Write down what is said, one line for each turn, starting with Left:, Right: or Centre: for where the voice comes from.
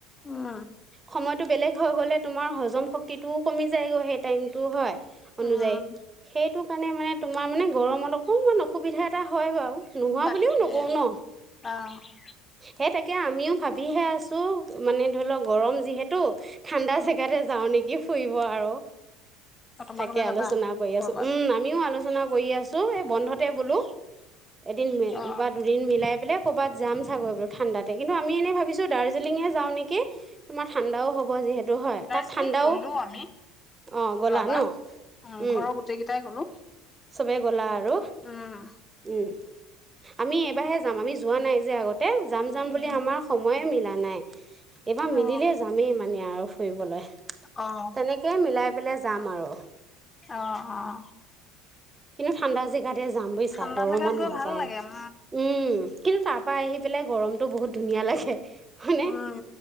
Left: উম
Right: সময়টো বেলেগ হৈ গলে তোমাৰ হজম শক্তিটোও কমি যায়গৈ সেই টাইমটো হয়। অনুযায়ী
Left: উম
Right: সেই সেইটো কাৰণে মানে তোমাৰ মানে গৰমত অকণমান অসুবিধা এটা হয় বাৰু। নোহোৱা
Left: তাকে
Right: বুলিও নকওঁ ন?
Left: অ
Right: হেত তাকে আমিও ভাবিহে আ <unintelligible> মানে ধৰি লওক গৰম যিহেতু ঠাণ্ডা জেগাতে যাওঁ নেকি ফুৰিব আৰু
Left: তোমালোকে
Right: তাকে
Left: যাবা
Right: আলোচনা কৰি
Left: কৰ'বাত
Right: আছোঁ, উম আমিও আলোচনা কৰি আছোঁ এই বন্ধতে বোলো। এদিন
Left: অ
Right: বা দুদিন মিলাই বোলে কবাত য চাগৈ এইো ঠাণ্ডা কিন্তু আমি এনে ভাবিছোঁ দা দাৰ্জিলিংঙেই যাওঁ নেকি? তোমাৰ ঠাণ্ডাও হব যিহে আৰু হয়
Left: দাৰ্জিলিং
Right: তাত ঠাণ্ডাও।
Left: গ'লো আমি
Right: অ, গলা
Left: যোৱাবাৰ
Right: ন? উম,
Left: ঘৰৰ গোটেই কেইটাই গ'লো
Right: চবে গলা আৰু
Left: উম
Right: উম আমি এইবাৰহে যাম, আমি যোৱা নাই যে আগত। তে যাম-যাম
Left: উম
Right: বুলি আমাৰ সময়ে মিলা নাই। এইবাৰ মিলিলে
Left: অ
Right: যামেই মানে আৰু ফুৰিবলৈ।
Left: অ
Right: তেনেকে মিলাই পেলাই যাম আৰু
Left: অ', অ।
Right: কিনো ঠাণ্ডা যে তাতে যাম বুজিছা
Left: ঠাণ্ডা
Right: গৰমত
Left: জেগাত গৈ
Right: নাযাও,
Left: ভাল লাগে উম
Right: উম। কিন্তু তাৰ পৰা আহি পেলাই গৰমতটো বহুত ধুনীয়া লাগে। হয়নে
Left: উম,